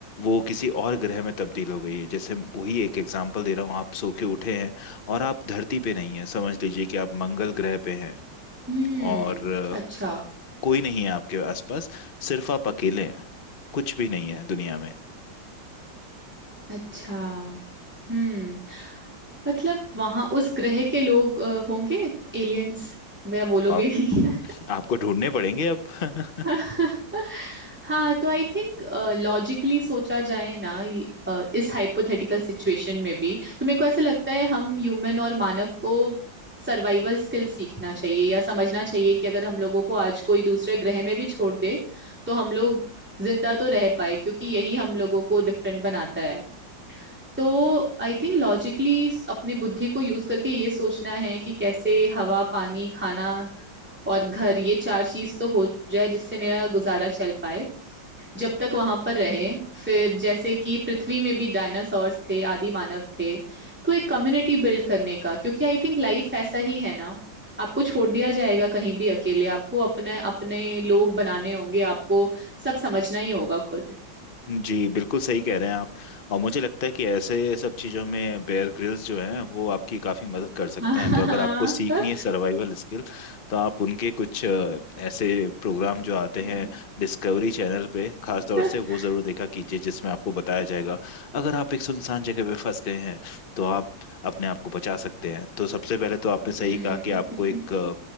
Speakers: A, on the left; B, in the centre.
A: वो किसी और ग्रह में तब्दील हो गई है जैसे वही एक एग्जांपल दे रहा हूँ आप सो के उठे हैं और आप धरती पे नहीं हैं समझ लीजिए कि आप मंगल ग्रह पे हैं
B: हम्म
A: और अ,
B: अच्छा
A: कोई नहीं है आपके आसपास सिर्फ आप अकेले हैं कुछ भी नहीं है दुनिया में
B: अच्छा हम्म मतलब वहां उस ग्रह के लोग अ, होंगे एलियंस वह वो लोग
A: आप
B: भी नहीं है
A: आपको ढूंढने पड़ेंगे अब <laughs>
B: <laughs> हाँ तो आई थिंक लॉजिकली सोचा जाए ना ये, अ, इस हाइपोथेटिकल सिचुएशन में भी तो मेरे को ऐसा लगता है हम ह्यूमन और मानव को सर्वाइवल स्किल सीखना चाहिए या समझना चाहिए कि अगर हम लोगों को आज कोई दूसरे ग्रह में भी छोड़ दे तो हम लोग जिंदा तो रह पाए क्योंकि यही हम लोगों को डिफरेंट बनाता है तो आई थिंक लॉजिकली अपने बुद्धि को यूज करके ये सोचना है कि कैसे हवा पानी खाना और घर ये चार चीज तो हो जाए जिससे मेरा गुजारा चल पाए जब तक वहां पर रहे फिर जैसे कि पृथ्वी में भी डायनासोर्स थे आदि मानव थे तो एक कम्युनिटी बिल्ड करने का क्योंकि आई थिंक लाइफ ऐसा ही है ना आपको छोड़ दिया जाएगा कहीं भी अकेले आपको अपने अपने लोग बनाने होंगे आपको सब समझना ही होगा खुद
A: जी बिल्कुल सही कह रहे हैं आप और मुझे लगता है कि ऐसे सब चीज़ों में बेयर ग्रिल्स जो हैं वो आपकी काफ़ी मदद कर
B: <laughs>
A: सकते
B: हाँ हाँ
A: हैं तो अगर आपको सीखनी
B: हाँ।
A: है सर्वाइवल स्किल तो आप उनके कुछ अ, ऐसे प्रोग्राम जो आते
B: हम्म।
A: हैं डिस्कवरी चैनल पे खास तौर
B: <laughs>
A: से वो ज़रूर देखा कीजिए जिसमें आपको बताया जाएगा अगर आप एक सुनसान जगह पे फंस गए हैं तो आप अपने आप को बचा सकते हैं तो सबसे पहले तो आपने सही
B: हम्म
A: कहा कि आपको एक
B: <laughs>
A: अ,